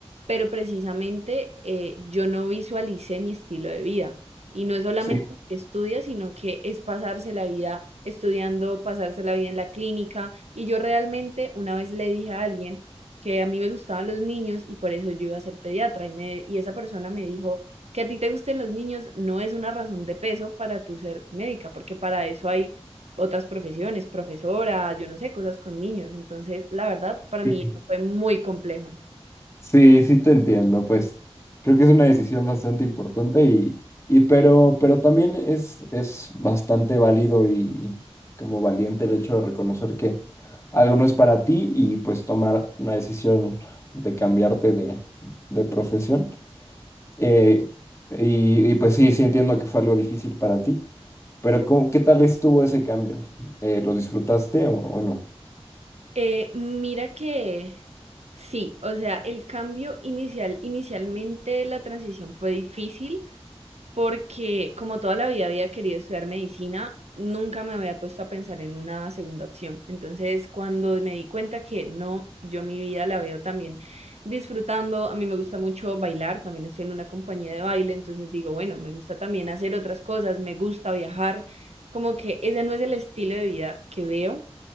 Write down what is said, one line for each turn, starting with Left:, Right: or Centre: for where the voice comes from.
Right: pero precisamente eh, yo no visualicé mi estilo de vida. Y no es solamente
Left: sí.
Right: que estudia, sino que es pasarse la vida estudiando, pasarse la vida en la clínica. Y yo realmente una vez le dije a alguien que a mí me gustaban los niños y por eso yo iba a ser pediatra. Y, me, y esa persona me dijo que a ti te gusten los niños no es una razón de peso para tu ser médica, porque para eso hay otras profesiones, profesora, yo no sé, cosas con niños. Entonces, la verdad, para mí
Left: <laughs>
Right: eso
Left: Sí.
Right: fue muy complejo.
Left: Sí, sí te entiendo, pues creo que es una decisión bastante importante y, y pero, pero también es, es bastante válido y como valiente el hecho de reconocer que algo no es para ti y pues tomar una decisión de cambiarte de, de profesión. Eh, y, y, pues sí, sí entiendo que fue algo difícil para ti, pero ¿cómo- qué tal estuvo ese cambio? Eh, ¿lo disfrutaste o, o
Right: Eh, mira que sí, o sea, el cambio inicial, inicialmente la transición fue difícil porque como toda la vida había querido estudiar medicina, nunca me había puesto a pensar en una segunda opción. Entonces, cuando me di cuenta que no, yo mi vida la veo también disfrutando, a mí me gusta mucho bailar, también estoy en una compañía de baile, entonces digo, bueno, me gusta también hacer otras cosas, me gusta viajar, como que ese no es el estilo de vida que veo